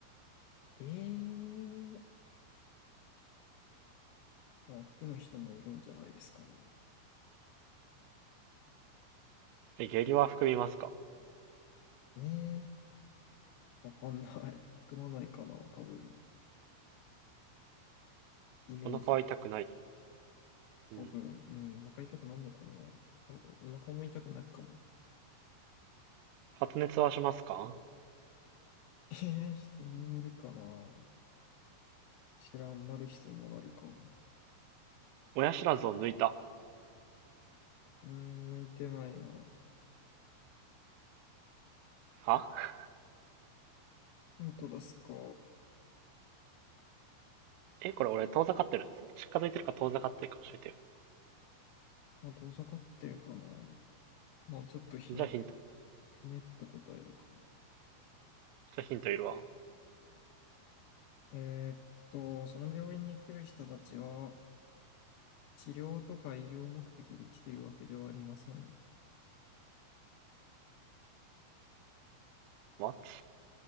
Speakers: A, on the left; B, on the right.
A: ええまあ、含む人もいるんじゃないですかね。
B: え、下痢は含みますか
A: ええわかんない。含まないかな、多分。イメージ。
B: お腹は痛くない。
A: 多分、
B: うん。
A: うん、お腹痛くなるのかな。あれ、お腹も痛くなるかも。
B: 発熱はしますか
A: ええ人によるかな。知らん、なる人もなるかも。
B: 親知らずを抜いた。
A: うーん、向いてないな。
B: は
A: 本当ですか。
B: え、これ俺遠ざかってる。近づいてるか遠ざかってるか教えてよ。
A: まあ、遠ざかってるかな。まあ、ちょっとひね、
B: じゃあヒント。
A: ひねった答えだから。
B: じゃあヒントいるわ。
A: えーっと、その病院に来る人たちは、治療とか医療目的で来てるわけではありません。
B: What?